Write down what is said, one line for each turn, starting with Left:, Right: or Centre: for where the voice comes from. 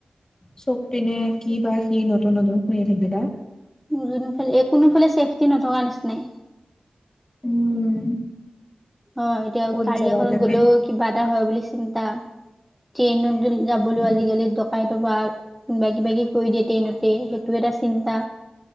Left: চব পিনে কি বা কি নতুন নতুন শুনি থাকে বা।
Centre: মো যোনফালে কোনোফালে ছেফটি নথকা নিচিনাই?
Left: উম
Centre: হয় এতিয়া
Left: ক'ত
Centre: গাড়ী
Left: যাবা
Centre: এখনত
Left: তুমি?
Centre: গ'লেও কিবা এটা হয় বুলি চিন্তা। ট্ৰেইনত যাবলৈও
Left: উম,
Centre: আজিকালি ডকাইত পা। কোনবা কিবা কিব কৰি দিয়ে ট্ৰেইনতে সেইটো এটা চিন্তা